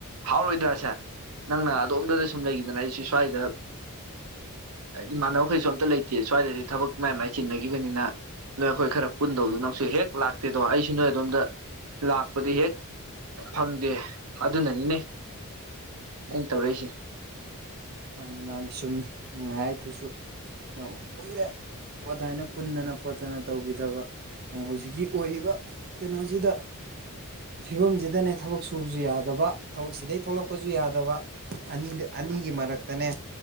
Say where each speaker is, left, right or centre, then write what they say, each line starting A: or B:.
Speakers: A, on the right (about 80°); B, on the right (about 45°).
A: ꯍꯥꯎꯔꯣꯏꯗ꯭ꯔꯥꯁꯦ ꯅꯪꯅ ꯑꯗꯣꯝꯗꯗ ꯁꯨꯝ ꯂꯩꯈꯤꯗꯅ ꯑꯩꯁꯨ ꯁ꯭ꯋꯥꯏꯗ ꯏꯃꯥꯟꯅꯕꯈꯩꯁꯨ ꯑꯝꯇ ꯂꯩꯇꯦ ꯁ꯭ꯋꯥꯏꯗꯗꯤ ꯊꯕꯛ ꯃꯌꯥꯝ ꯃꯥꯏ ꯆꯤꯟꯅꯈꯤꯕꯅꯤꯅ ꯅꯣꯏ ꯑꯩꯈꯣꯏ ꯈꯔ ꯄꯨꯟꯗꯧꯗ ꯅꯪꯁꯨ ꯍꯦꯛ ꯂꯛ ꯇꯦꯗꯣ ꯑꯩꯁꯨ ꯅꯣꯏ ꯑꯗꯣꯝꯗ ꯂꯥꯛꯄꯗꯤ ꯍꯦꯛ ꯐꯪꯗꯦ ꯑꯗꯨꯅꯅꯤꯅꯦ ꯑꯩꯅ ꯇꯧꯔꯛꯏꯁꯦ
B: ꯃꯥꯅꯤ ꯃꯥꯅꯤ ꯆꯨꯝꯃꯤ ꯅꯪ ꯍꯥꯏꯗꯨꯁꯨ ꯌꯥꯝ ꯀꯨꯏꯔꯦ ꯑꯗꯨꯃꯥꯏꯅ ꯄꯨꯟꯗꯅ ꯈꯣꯠꯇꯅ ꯇꯧꯈꯤꯗꯕ ꯍꯧꯖꯤꯛꯀꯤ ꯑꯣꯏꯔꯤꯕ ꯀꯩꯅꯣꯁꯤꯗ ꯐꯤꯕꯝꯁꯤꯗꯅꯦ ꯊꯕꯛ ꯁꯨꯕꯁꯨ ꯌꯥꯗꯕ ꯊꯕꯛ ꯁꯤꯗꯩ ꯊꯣꯛꯂꯛꯄꯁꯨ ꯌꯥꯗꯕ ꯑꯅꯤꯗ ꯑꯅꯤꯒꯤ ꯃꯔꯛꯇꯅꯦ